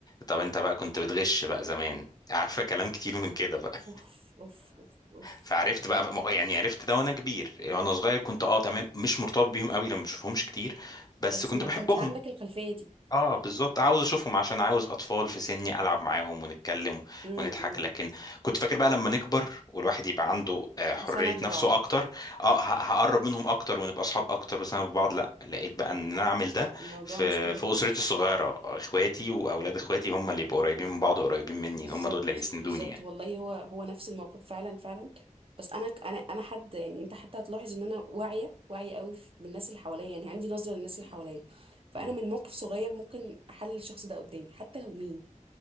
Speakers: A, on the left (about 30°); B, on the right (about 45°).
A: طب انت بقى كنت بتغش بقى زمان عارفه كلام كتير من كده بقى
B: اوف اوف اوف اوف
A: فعرفت بقى ما هو يعني عرفت ده وانا كبير وانا صغير كنت اه تمام مش مرتبط بيهم قوي لما بشوفهمش كتير بس
B: بس
A: كنت
B: ما
A: بحبهم
B: كانش عندك الخلفيه دي
A: اه بالظبط عاوز اشوفهم عشان عاوز اطفال في سني العب معاهم ونتكلم
B: امم
A: ونضحك
B: امم
A: لكن كنت فاكر بقى لما نكبر والواحد يبقى عنده آه، حرية
B: سند لبعض
A: نفسه اكتر اه ه- هقرب منهم اكتر ونبقى اصحاب اكتر وسنة بعض لا لقيت بقى ان انا اعمل
B: لا
A: ده
B: الموضوع
A: في
B: مش كده
A: في
B: خالص
A: اسرتي الصغيرة اخواتي واولاد اخواتي هم اللي يبقوا قريبين من بعض وقريبين مني
B: بالظبط
A: هم دول اللي هيسندوني
B: بالظبط
A: يعني
B: والله هو هو نفس الموقف فعلا فعلا بس انا انا انا حد يعني انت حتى هتلاحظ ان انا واعيه واعيه قوي في- بالناس اللي حواليا يعني عندي نظره للناس اللي
A: م-
B: حواليا فانا
A: م.
B: من موقف صغير ممكن احلل الشخص ده قدامي حتى لو مين